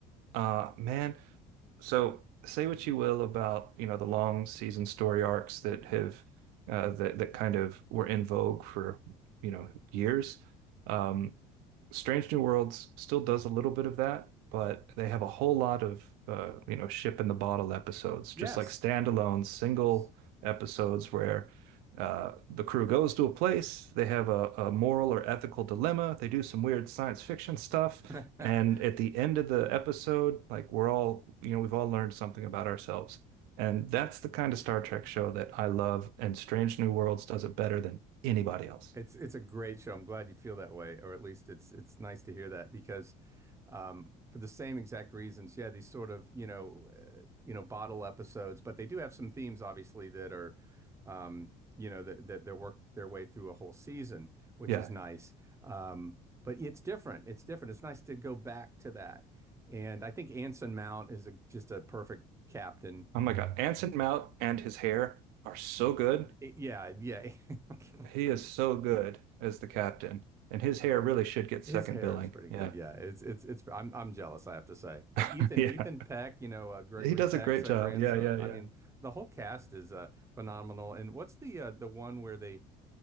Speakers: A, on the right (about 80°); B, on the right (about 20°).
A: Uh man, so say what you will about, you know, the long season story arcs that have uh that that kind of were in vogue for, you know, years. Um Strange New Worlds still does a little bit of that, but they have a whole lot of uh, you know, ship in the bottle episodes,
B: Yes,
A: just like standalone single
B: yes.
A: episodes where uh, the crew goes to a place, they have a, a moral or ethical dilemma, they do some weird science fiction stuff,
B: <laughs>
A: and at the end of the episode, like we're all, you know, we've all learned something about ourselves. And that's the kind of Star Trek show that I love, and Strange New Worlds does it better than anybody else.
B: It's it's a great show. I'm glad you feel that way, or at least it's it's nice to hear that because um, for the same exact reasons, yeah, these sort of you know uh, you know bottle episodes, but they do have some themes obviously that are um, you know that that that work their way through a whole season, which
A: Yeah.
B: is nice. Um, but it's different. It's different. It's nice to go back to that. And I think Anson Mount is a, just a perfect captain.
A: Oh my God. Anson Mount and his hair are so good.
B: It- yeah, yeah. <laughs>
A: He is so good as the captain. And his hair really should get second
B: His hair
A: billing.
B: is pretty good.
A: Yeah.
B: Yeah, it's it's it's. I'm I'm jealous, I have to say. But
A: <laughs>
B: Ethan
A: Yeah.
B: Ethan Peck, you know, uh, Gregory
A: He does
B: Peck's
A: a great
B: uh,
A: job.
B: grandson.
A: Yeah, yeah, yeah.
B: I mean, the whole cast is uh, phenomenal. And what's the uh, the one where they